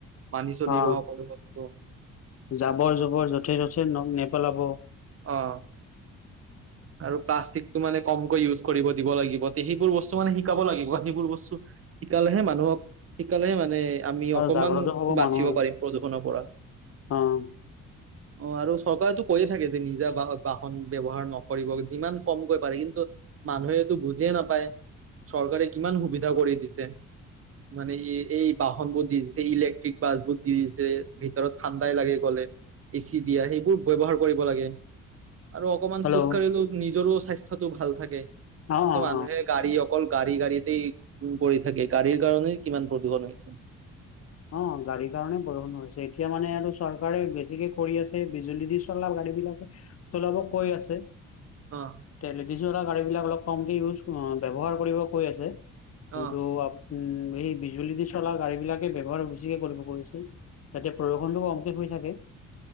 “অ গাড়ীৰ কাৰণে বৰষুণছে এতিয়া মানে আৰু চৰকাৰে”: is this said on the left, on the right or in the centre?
Left